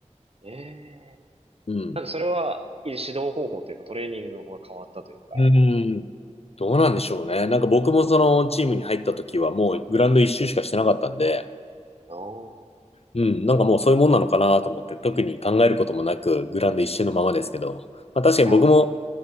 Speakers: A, on the right (about 50°); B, on the left (about 55°).
A: ええ。
B: うん。
A: なんかそれは、指導方法というかトレーニング法が変わったというか。
B: うーん。どうなんでしょうね。なんか僕もそのチームに入った時はもうグラウンド一周しかしてなかったんで、
A: あ
B: うん、なんかもうそういうもんなのかなと思って特に考えることもなくグラウンド一周のままですけど、まあ確かに僕も
A: あ、ああ、